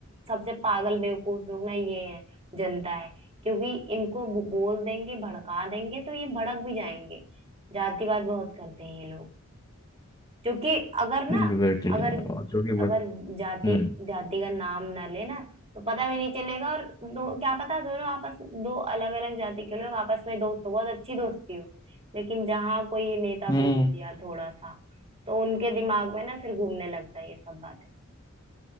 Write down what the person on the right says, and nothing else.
सबसे पागल बेवकूफ लोग ना ये है जनता है क्योंकि इनको बो- बोल देंगे भड़का देंगे तो ये भड़क भी जाएंगे जातिवाद बहुत करते हैं ये लोग क्योंकि अगर ना
अगर
अगर
जाति
जाति का नाम ना लेना तो पता भी नहीं चलेगा और दो क्या पता दोनों आपस दो अलग अलग जाति के लोग आपस में दोस्त हो बहुत अच्छी दोस्ती हो लेकिन जहाँ कोई नेता
बोल दिया थोड़ा सा तो उनके दिमाग में ना फिर घूमने लगता है ये सब बातें